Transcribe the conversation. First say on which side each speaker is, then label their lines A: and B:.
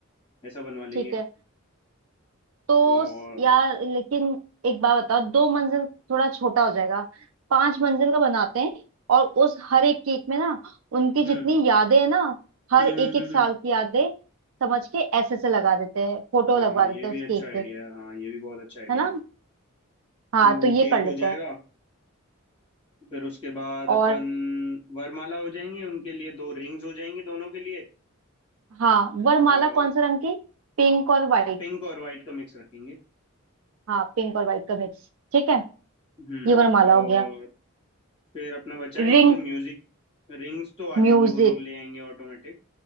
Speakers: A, on the left; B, on the right.
A: ऐसा बनवा लेंगे
B: ठीक है तो
A: और
B: स- यार लेकिन एक बात बताओ दो मंजिल थोड़ा छोटा हो जाएगा पांच मंजिल का बनाते हैं और उस हर एक केक में ना उनकी
A: हम्म
B: जितनी यादें हैं ना हर
A: हम्म
B: एक
A: हम्म
B: एक
A: हम्म
B: साल
A: हम्म।
B: की यादें समझ के ऐसे से लगा देते हैं फोटो
A: हाँ
B: लगवा
A: ये
B: देते
A: भी
B: हैं उस केक
A: अच्छा आइडिया
B: पे
A: है हाँ ये भी बहुत अच्छा आइडिया
B: है ना
A: है
B: हाँ
A: तो वो
B: तो ये
A: केक
B: कर
A: हो
B: लेते
A: जाएगा
B: हैं
A: फिर उसके बाद
B: और
A: अपन वरमाला हो जाएंगी उनके लिए दो रिंग्स हो जाएंगी दोनों के लिए
B: हाँ वरमाला
A: और
B: कौन सा रंग की पिंक और व्हाइट
A: पिंक और वाइट का मिक्स रखेंगे
B: हाँ पिंक और व्हाइट का मिक्स ठीक है
A: हम्म
B: ये वरमाला
A: और
B: हो गया
A: फिर अपना बचा है, एक
B: Ring
A: तो म्यूजिक रिंग्स तो आ जाएंगी
B: music
A: वो लोग ले आएंगे ऑटोमेटिक